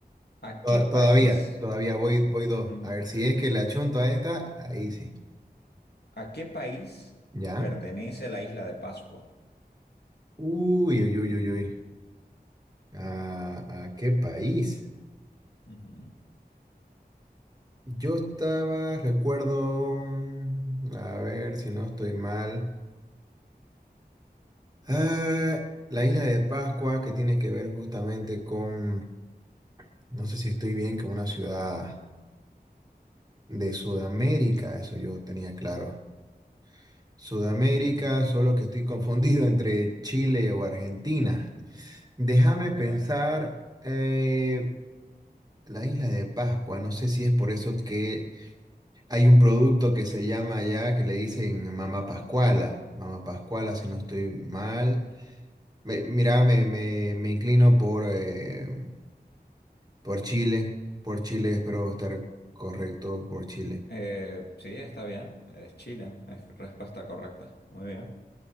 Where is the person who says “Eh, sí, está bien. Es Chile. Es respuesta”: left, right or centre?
Left